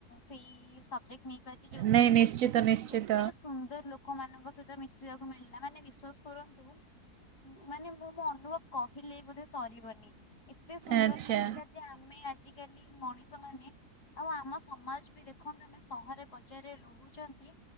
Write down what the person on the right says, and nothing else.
ନାଇଁ
ନିଶ୍ଚିତ
ନିଶ୍ଚିତ
ଆଚ୍ଛା।